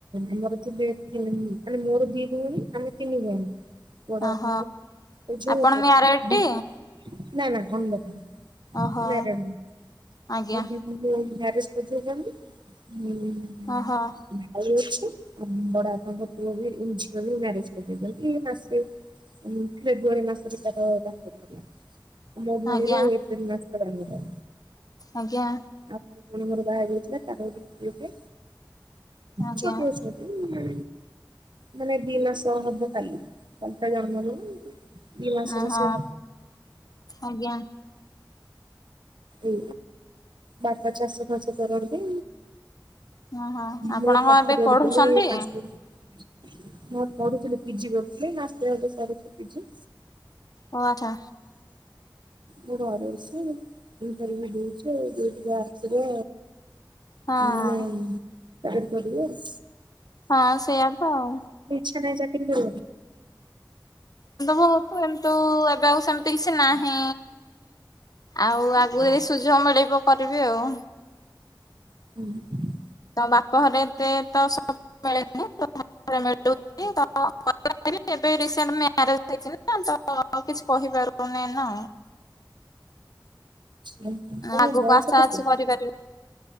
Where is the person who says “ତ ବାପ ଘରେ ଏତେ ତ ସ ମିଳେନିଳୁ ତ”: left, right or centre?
Left